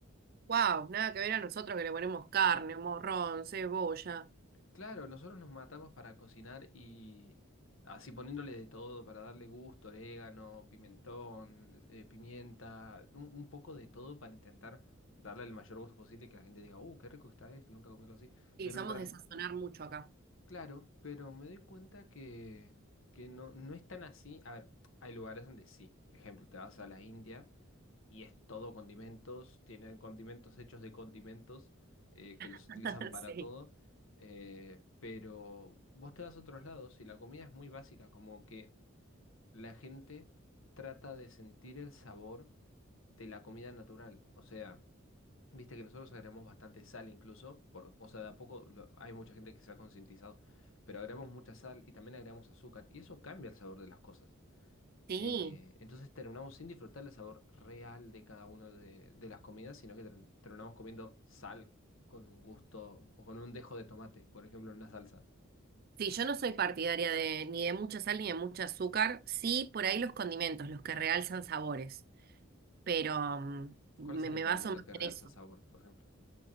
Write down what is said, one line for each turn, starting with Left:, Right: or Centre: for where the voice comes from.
Right: Wow, nada que ver a nosotros que le ponemos carne, morrón, cebolla.
Left: Claro, nosotros nos matamos para cocinar y así poniéndole de todo para darle gusto, orégano, pimentón, eh, pimienta, un, un poco de todo para intentar darle el mayor gusto posible y que la gente diga, uh, qué rico que está esto, nunca comí algo así.
Right: Sí,
Left: Pero
Right: somos
Left: en realidad,
Right: de sazonar mucho acá.
Left: Claro, pero me doy cuenta que, que no, no es tan así. A ver, hay lugares donde sí. Ejemplo, te vas a la India y es todo condimentos, tienen condimentos hechos de condimentos eh, que los
Right: <laughs>
Left: utilizan para
Right: Sí.
Left: todo. eh, pero vos te vas a otros lados y la comida es muy básica, como que la gente trata de sentir el sabor de la comida natural. O sea, viste que nosotros agregamos bastante sal incluso, por- o sea, de a poco lo- hay mucha gente que se ha concientizado, pero agregamos mucha sal y también agregamos azúcar y eso cambia el sabor de las cosas.
Right: Sí.
Left: Eh, entonces terminamos sin disfrutar el sabor real de cada una de, de las comidas, sino que ter- terminamos comiendo sal con un gusto o con un dejo de tomate, por ejemplo, en una salsa.
Right: Sí, yo no soy partidaria de ni de mucha sal ni de mucho azúcar. Sí, por ahí los condimentos, los que realzan sabores. Pero mm, me,
Left: ¿Cuál sería
Right: me
Left: un
Right: baso
Left: condimento
Right: más
Left: que realza
Right: en eso.
Left: sabor, por ejemplo?